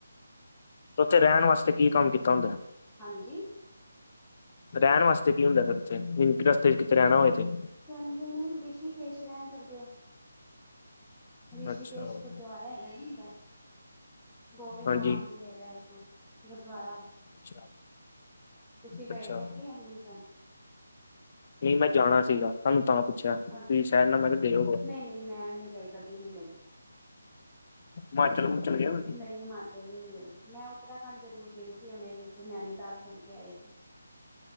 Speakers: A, on the left; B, in the centre.
A: ਤੇ ਉੱਥੇ ਰਹਿਣ ਵਾਸਤੇ ਕੀ ਕੰਮ ਕੀਤਾ ਹੁੰਦਾ ਏ।
B: ਹਾਂਜੀ।
A: ਰਹਿਣ ਵਾਸਤੇ ਕੀ ਹੁੰਦਾ ਫੇਰ ੳਥੇ, ਰਸਤੇ ਚ ਕਿਤੇ ਰਹਿਣਾ ਹੋਵੇ ਤੇ।
B: ਕਹਿੰਦੇ ਨੇ ਰਿਸ਼ੀਕੇਸ਼ ਰਹਿਣ ਸਕਦੇ ਹੋ, ਰਿਸ਼ੀਕੇਸ਼
A: ਅੱਛਾ
B: ਗੁਰਦੁਆਰੇ ਹੈਗਾ ਨੀ ਹੈਗਾ ਗੋਬਿੰਦ
A: ਹਾਂਜੀ
B: ਧਾਮ ਵੀ ਹੈਗਾ ਇੱਕ, ਗੁਰਦੁਆਰਾ
A: ਅੱਛਾ
B: ਤੁਸੀਂ ਗਏ
A: ਅੱਛਾ
B: ਦੇ ਹੋ ਕੀ ਹੇਮਕੁੰਟ ਸਾਹਿਬ।
A: ਨਹੀਂ ਮੈਂ ਜਾਣਾ ਸੀਗਾ ਤੁਹਾਨੂੰ ਤਾਂ ਪੁੱਛਿਆ ਤੁਸੀਂ
B: ਅ
A: ਸ਼ਹਿਦ ਨਾਲ ਮੈਂ ਕਿਹਾ ਗਏ ਹੋਵੋ।
B: ਨਹੀਂ ਨਹੀਂ, ਮੈਂ ਨਹੀਂ ਗਈ ਕਦੀ ਨਹੀਂ ਗਈ।
A: ਹਿਮਾਚਲ ਮੂਚਲ ਗਏ ਓ ਕਦੇ।
B: ਨਹੀਂ ਹਿਮਾਚਲ ਵੀ ਨਹੀਂ ਗਈ। ਮੈਂ ਉੱਤਰਾਖੰਡ ਜ਼ਰੂਰ ਗਈ ਸੀ ਹੁਨੇ ਵਿੱਚ ਨੈਨੀਤਾਲ ਘੁੰਮ ਕੇ ਆਏ ਸੀ।